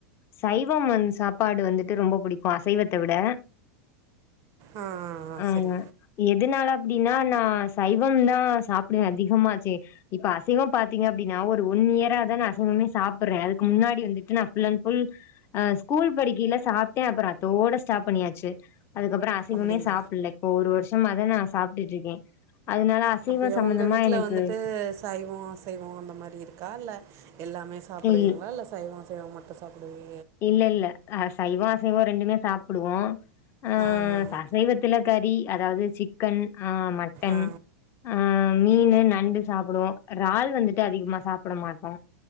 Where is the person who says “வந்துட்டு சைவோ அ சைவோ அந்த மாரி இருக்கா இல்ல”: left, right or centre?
Right